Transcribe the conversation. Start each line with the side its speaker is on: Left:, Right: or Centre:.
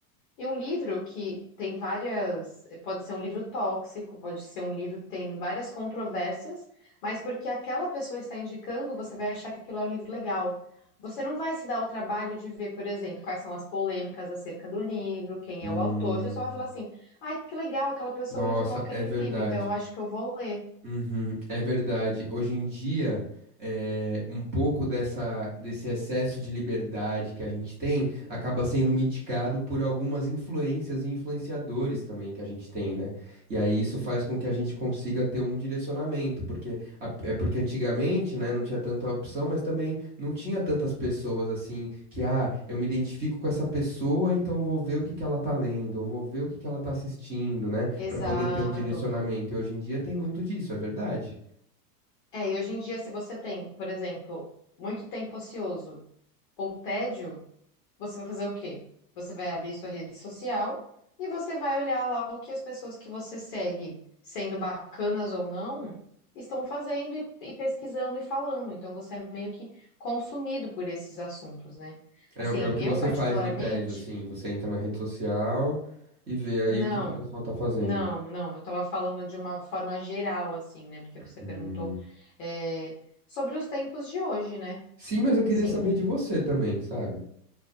Left: E um livro que tem várias, pode ser um livro tóxico, pode ser um livro que tem várias controvérsias, mas porque aquela pessoa está indicando, você vai achar que aquilo é um livro legal. Você não vai se dar o trabalho de ver, por exemplo, quais são as polêmicas acerca do livro, quem é o autor.
Right: Hum.
Left: Você só vai falar assim: ai, que legal, aquela pessoa
Right: Nossa,
Left: indicou aquele
Right: é verdade.
Left: livro, então eu acho que eu vou ler.
Right: Uhum, é verdade. Hoje em dia, é, um pouco dessa, desse excesso de liberdade que a gente tem acaba sendo mitigado por algumas influências e influenciadores também que a gente tem, né? E aí isso faz com que a gente consiga ter um direcionamento, porque a- é porque antigamente, né, não tinha tanta opção, mas também não tinha tantas pessoas assim que, ah, eu me identifico com essa pessoa, então eu vou ver o que que ela tá lendo, eu vou ver o que que ela tá assistindo, né?
Left: Exato.
Right: Pra poder ter um direcionamento. E hoje em dia tem muito disso, é verdade.
Left: É, e hoje em dia, se você tem, por exemplo, muito tempo ocioso ou tédio, você vai fazer o quê? Você vai abrir sua rede social e você vai olhar lá o que as pessoas que você segue, sendo bacanas ou não, estão fazendo e, e pesquisando e falando. Então você é meio que consumido por esses assuntos, né?
Right: É,
Left: Assim,
Right: o- é o que
Left: eu
Right: você
Left: particularmente.
Right: faz no tédio, assim, você entra na rede social e vê aí
Left: Não,
Right: o que que o pessoal tá fazendo.
Left: não, não. Eu estava falando de uma forma geral, assim, né? Porque você
Right: Hum.
Left: perguntou, é, sobre os tempos de hoje, né?
Right: Sim, mas eu
Left: Assim,
Right: queria saber de você também, sabe?